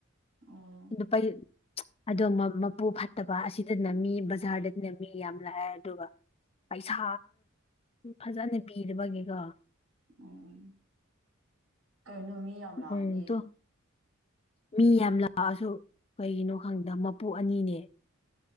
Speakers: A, on the right; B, on the left.
A: ꯑꯣ
B: <unintelligible> ꯑꯗꯣ ꯃꯥ ꯃꯄꯨ ꯐꯠꯇꯕ ꯑꯁꯤꯗꯅ ꯃꯤ ꯕꯖꯥꯔꯗ ꯅꯤ ꯃꯤ ꯌꯥꯝ ꯂꯥꯛꯑꯦ ꯑꯗꯨꯒ ꯄꯩꯁꯥ ꯐꯖꯅ ꯄꯤꯔꯕꯒꯤꯀꯣ
A: ꯎꯝ ꯀꯩꯅꯣ ꯃꯤ ꯌꯥꯝ ꯂꯥꯛꯑꯗꯤ
B: ꯎꯝꯇꯣ ꯃꯤ ꯌꯥꯝ ꯂꯥꯛꯑꯁꯨ ꯀꯩꯒꯤꯅꯣ ꯈꯪꯗ ꯃꯄꯨ ꯑꯅꯤꯅꯦ